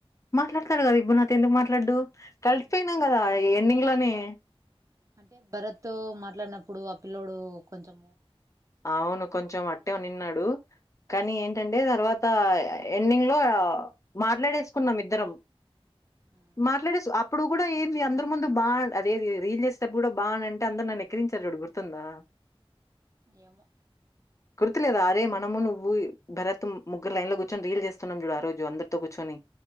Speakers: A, on the left (about 30°); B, on the right (about 35°).
A: మాట్లాడతాడు కదా ఇబ్బూ నాతో ఎందుకు మాట్లాడడు కలిసిపోయినాం
B: నువ్వు
A: కదా ఎండింగ్‌లోనే.
B: అంటే భరత్ తో మాట్లాడినప్పుడు ఆ పిల్లోడు కొంచెం
A: అవును కొంచెం అట్టే నిన్నాడు కానీ ఏంటంటే తర్వాత ఎండింగ్ లో మాట్లాడేసుకున్నాం ఇద్దరం
B: ఆ
A: మాట్లాడేసు అ ఇప్పుడు కూడా ఏంది అందరు ముందు బా అదే రీల్ చేసేప్పుడు కూడా బాగ అంటే అందరు నన్ను ఎక్కిరించారు చూడు గుర్తుందా
B: ఏమో
A: గుర్తులేదా అరే మనము నువ్వు భరత్ ముగ్గురు లై న్ లో కూర్చొని రీల్ చేస్తున్నాం చూడు ఆ రోజు అందరితో కూర్చొని